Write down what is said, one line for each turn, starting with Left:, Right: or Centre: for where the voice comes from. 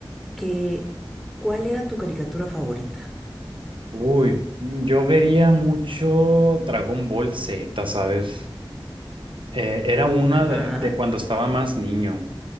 Centre: que ¿cuál era tu caricatura favorita?
Right: Uy, yo vería mucho Dragon Ball Z, ¿sabes? Eh, era una
Centre: Ajá.
Right: de de cuando estaba más niño.